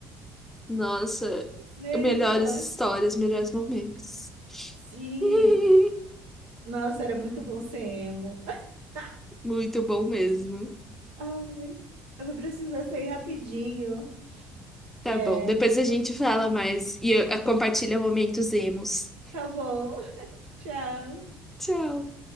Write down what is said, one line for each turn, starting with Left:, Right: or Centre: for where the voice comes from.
Centre: Nossa,
Right: Misericórdia.
Centre: melhores histórias, melhores momentos.
Right: Sim.
Centre: <laughs>
Right: Nossa, era muito bom ser emo. <laughs>
Centre: Muito bom mesmo.
Right: Ai, eu vou precisar sair rapidinho.
Centre: Tá
Right: É,
Centre: bom, depois a gente fala mais e eh, compartilha momentos emos.
Right: tá bom. Tchau.
Centre: Tchau.